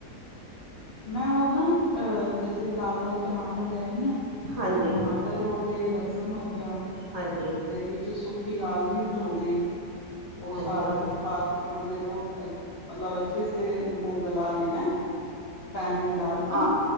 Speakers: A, on the left; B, on the right.
A: ਮੈਂ ਉਹ ਨਾ ਅਹ ਜੈਸੇ ਲਾਲ-ਲਾਲ ਟਮਾਟਰ ਲਿਆਈ ਆ
B: ਹਾਂਜੀ
A: ਉਹ ਟਮਾਟਰ ਹੋ ਗਏ ਲਸਣ ਹੋ ਗਿਆ
B: ਹਾਂਜੀ
A: ਤੇ ਵਿੱਚ ਸੁ ਲਾਲ ਮਿਰਚ ਹੋ ਗਈ
B: ਹਾਂਜੀ
A: ਉਹ ਸਾਰਾ
B: ਹਾਂਜੀ,
A: ਕੁਛ ਪਾ ਕੇ ਥੋੜੀ ਦੇਰ ਉਹ ਮਤਲਬ ਅੱਛੇ ਸ ਉ ਕੋ ਗਲਾ ਲੈਣਾ। ਪੈਨ ਮੈਂ ਡਾਲ ਕੇ
B: ਹਾਂ
A: ਨਾ